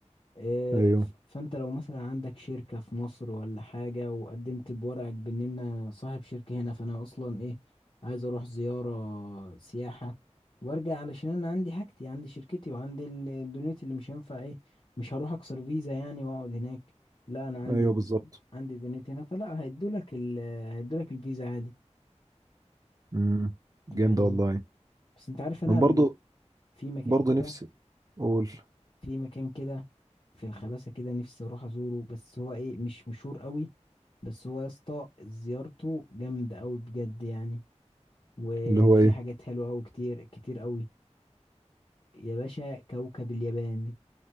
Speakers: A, on the left (about 45°); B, on the right (about 30°).
A: آه،
B: أيوه
A: ف- فانت لو مثلا عندك شركة في مصر ولا حاجة وقدمت بورقك بان انا صاحب شركة هنا فانا اصلا ايه عايز اروح زيارة سياحة وارجع علشان انا عندي حاجتي عندي شركتي وعندي ال- الدنيا اللي مش هينفع ايه مش هروح اكسر فيزا يعني واقعد هناك لا انا عندي
B: أيوه بالظبط
A: عندي دنيتي هنا فلا هيدولك ال هيدولك الفيزا عادي
B: امم
A: يعني
B: جامدة والله
A: بس انت عارف انا
B: أنا برضه
A: من في مكان
B: برضه
A: كده
B: نفسي أقول
A: في مكان كده في الخباسة كده نفسي اروح ازوره بس هو ايه مش مشهور قوي بس هو يا اسطى زيارته جامدة قوي بجد يعني وفي
B: اللي هو إيه
A: حاجات حلوة قوي كتير كتير قوي يا باشا كوكب اليابان